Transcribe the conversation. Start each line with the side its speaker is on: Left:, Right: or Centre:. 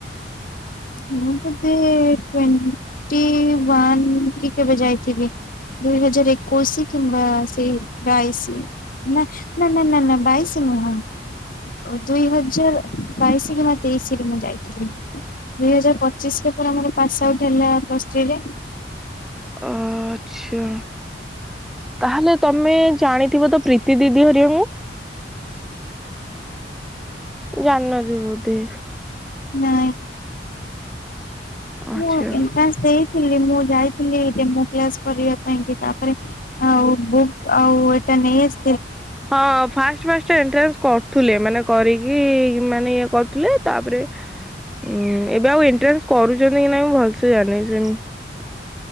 Left: ମୁଁ ବୋଧେ ଟ୍ୱଣ୍ଟି ୱାନ କି କେବେ ଯାଇଥିବି। ଦୁଇ ହଜାର ଏକୋଇଶି କିମ୍ବା ସେ ବାଇସି ନା ନା ନା ନା ନା ବାଇସି ନୁହଁ ଓ ଦୁଇ ହଜାର ବାଇଶି କିମ୍ବା ତେଇଶି ରେ ମୁଁ ଯାଇଥିଲି। ଦୁଇ ହଜାର ପଚିଶ ରେ ପରା ମୋର ପାସ୍ ଆଉଟ୍ ହେଲା ପ୍ଲସ ଥ୍ରୀ ରେ।
Centre: ଆଚ୍ଛା। ତାହେଲେ ତମେ ଜାଣିଥିବ ତ ପ୍ରୀତି ଦିଦି ହେରିକା ଙ୍କୁ? ଜାଣି ନ ଥିବ ବୋଧେ
Left: ନାଇଁ।
Centre: ଆଚ୍ଛା
Left: ମୁଁ ଏଣ୍ଟ୍ରାନ୍ ଦେଇ ଥିଲ ମୁଁ ଯାଇଥିଲି ଡେମୁ କ୍ଲାସ କରିବା ପାଇଁ କି ତାପରେ ଆଉ ବୁକ୍ ଆଉ ଏଟା ନେଇଆସି
Centre: ହଁ ଫାଷ୍ଟ ଫାଷ୍ଟ ଏଣ୍ଟ୍ରାନ୍ସ କରୁଥିଲେ ମାନେ କରିକି ମାନେ ଇଏ କରୁଥିଲେ ତାପରେ ହୁଁ ଏବେ ଆଉ ଏଣ୍ଟ୍ରାନ୍ସ କରୁଛନ୍ତି କି ନାଇଁ ମୁଁ ଭଲସେ ଜାଣିନି ସେ